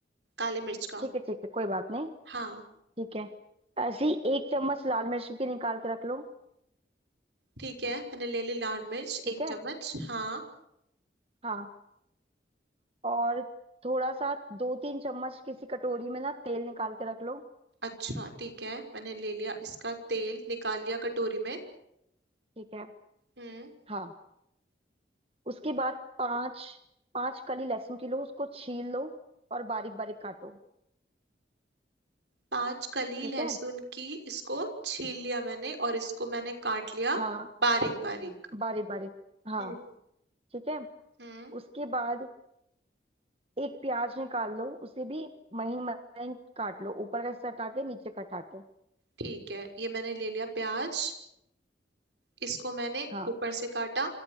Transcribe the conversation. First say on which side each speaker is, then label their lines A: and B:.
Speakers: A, on the right; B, on the right.
A: काली मिर्च का
B: ठीक है ठीक है कोई बात नहीं
A: हाँ
B: ठीक है ऐसी एक चम्मच लाल मिर्च की निकाल के रख लो
A: ठीक है मैंने ले ली लाल मिर्च
B: ठीक
A: एक
B: है
A: चम्मच हाँ
B: हाँ और थोड़ा सा दो तीन चम्मच किसी कटोरी में ना तेल निकाल के रख लो
A: अच्छा ठीक है मैंने ले लिया इसका तेल निकाल लिया कटोरी में
B: ठीक है
A: हम्म
B: हाँ उसके बाद पाँच पाँच कली लहसुन की लो उसको छील लो और बारीक बारीक काटो
A: पांच कली
B: ठीक
A: लहसुन
B: है
A: की इसको छील लिया मैंने और इसको मैंने काट लिया
B: हाँ
A: बारीक बारीक
B: बारीक बारीक हाँ
A: हम्म
B: ठीक है
A: हम्म
B: उसके बाद एक प्याज निकाल लो उसे भी महीन महीन काट लो ऊपर का हिस्सा हटा के नीचे का हटा के
A: ठीक है ये मैंने ले लिया प्याज इसको मैंने
B: हाँ
A: ऊपर से काटा